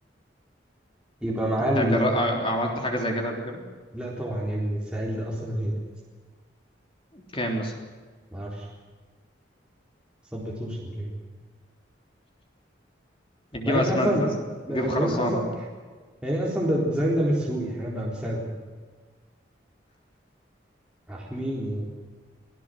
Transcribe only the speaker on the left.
انت
جر... عملت حاجه زي كده قبل كده
كام مثلا
تجيب
اسمنت
يا اسطى
تجيب خرسانه